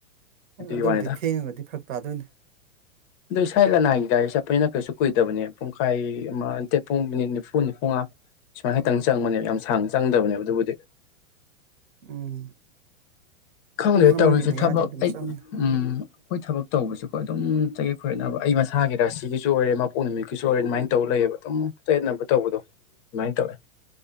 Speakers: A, on the right (about 70°); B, on the left (about 30°).
A: ꯍꯣꯏ
B: ꯑꯗꯨꯒꯤ
A: ꯑꯗꯨꯕꯨꯗꯤ
B: ꯋꯥꯅꯤꯗ
A: ꯊꯦꯡꯉꯒꯗꯤ ꯐꯔꯛ ꯇꯥꯗꯣꯏꯅꯤ
B: <inaudible> ꯑꯗꯣ ꯏꯁꯥꯏ ꯂꯅꯥꯏꯒꯤ ꯒꯥꯔꯤ ꯆꯠꯄꯅꯤꯅ ꯀꯩꯁꯨ ꯀꯨꯏꯗꯕꯅꯦ ꯄꯨꯡꯈꯥꯏ ꯑꯃ ꯅꯠꯇꯦ ꯄꯨꯡ ꯃꯤꯅꯤꯠ ꯅꯤꯐꯨ ꯅꯤꯐꯨꯉꯥ ꯁꯨꯃꯥꯏꯅ ꯇꯪ ꯆꯪꯕꯅꯦꯕ ꯌꯥꯝ ꯁꯥꯡꯅ ꯆꯪꯗꯕꯅꯦꯕ ꯑꯗꯨꯕꯨꯗꯤ
A: ꯎꯝ
B: ꯈꯪꯡꯗꯔꯦ
A: ꯄꯨꯡ ꯑꯃꯒꯤ
B: ꯇꯧꯔꯤꯖꯦ
A: ꯃꯌꯥꯗꯤ
B: ꯊꯕꯛ
A: ꯑꯗꯨꯝ
B: ꯑꯩ
A: ꯆꯪꯅꯤ
B: ꯎꯝ ꯑꯩꯈꯣꯏ ꯊꯕꯛ ꯇꯧꯕꯖꯦꯀꯣ ꯑꯗꯨꯝ ꯆꯌꯦꯠ ꯈꯣꯏꯌꯦꯠꯅꯕ ꯑꯩ ꯃꯁꯥꯒꯤꯔꯥ ꯁꯤꯒꯤꯁꯨ ꯑꯣꯏꯔꯦ ꯃꯄꯣꯛ ꯅꯨꯃꯤꯠꯀꯤꯁꯨ ꯑꯣꯏꯔꯦ ꯑꯗꯨꯃꯥꯏꯅ ꯇꯧ ꯂꯩꯌꯦꯕ ꯑꯗꯨꯝ ꯆꯌꯦꯠꯅꯕ ꯇꯧꯕꯗꯣ ꯑꯗꯨꯃꯥꯏꯅ ꯇꯧꯋꯦ